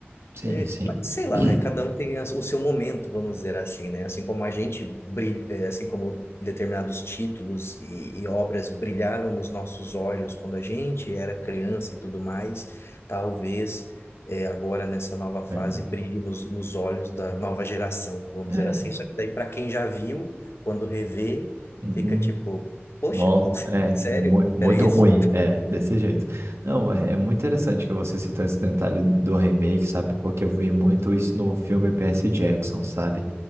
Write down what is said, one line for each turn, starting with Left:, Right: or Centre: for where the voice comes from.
Right: Sim,
Left: É,
Right: sim.
Left: Mas sei lá,
Right: <clears throat>
Left: né? Cada um tem as- o seu momento, vamos dizer assim, né? Assim como a gente brilha, é, assim como determinados títulos e, e obras brilharam nos nossos olhos quando a gente era criança e tudo mais, talvez é, agora nessa nova fase
Right: Bem,
Left: brilhe nos, nos olhos da nova geração, vamos
Right: É.
Left: dizer assim. Só que daí para quem já viu, quando revê,
Right: uhum.
Left: fica tipo, poxa,
Right: Nossa,
Left: <laughs>
Right: é
Left: sério?
Right: mu- muito
Left: Era isso?
Right: ruim, é, desse jeito. Não, é, é muito interessante que você citou esse detalhe do remake, sabe? Porque eu vi muito isso no filme Percy Jackson, sabe?